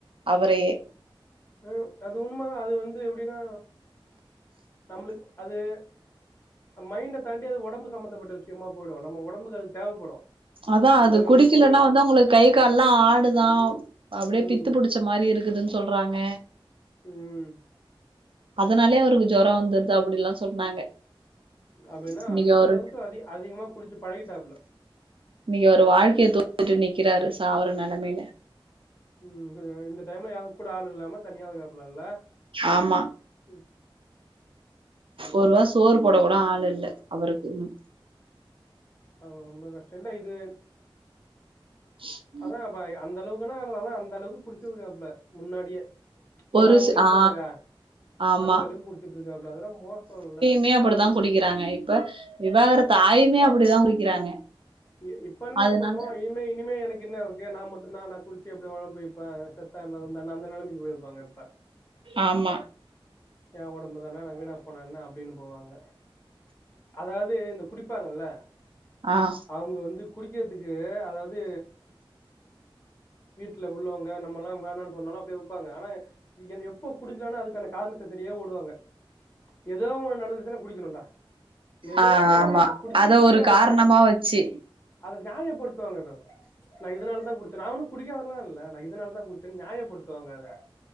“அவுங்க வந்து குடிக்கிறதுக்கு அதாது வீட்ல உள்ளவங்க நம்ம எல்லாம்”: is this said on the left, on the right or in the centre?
Left